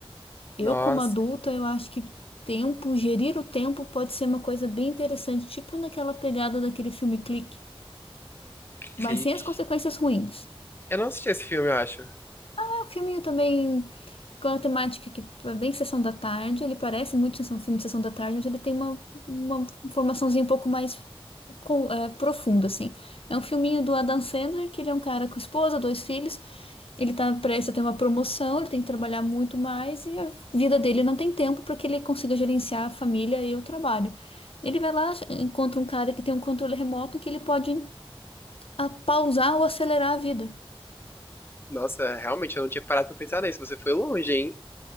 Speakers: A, on the left (about 70°); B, on the left (about 25°).
A: Eu,
B: Nossa,
A: como adulta, eu acho que tempo, gerir o tempo pode ser uma coisa bem interessante, tipo naquela pegada daquele filme Clique, mas
B: clique.
A: sem as consequências ruins.
B: Eu não assisti esse filme, eu acho.
A: É um filminho também com uma temática que é bem sessão da tarde, ele parece muito sessão, filme de sessão da tarde, mas ele tem uma, uma formaçãozinha um pouco mais com- é, profundo, assim. É um filminho do Adam Sandler, que ele é um cara com esposa, dois filhos, ele tá prestes a ter uma promoção, ele tem que trabalhar muito mais e a vida dele não tem tempo para que ele consiga gerenciar a família e o trabalho. Ele vai lá, encontra um cara que tem um controle remoto que ele pode ah, pausar ou acelerar a vida.
B: Nossa, realmente, eu não tinha parado pra pensar nisso. Você foi longe, hein?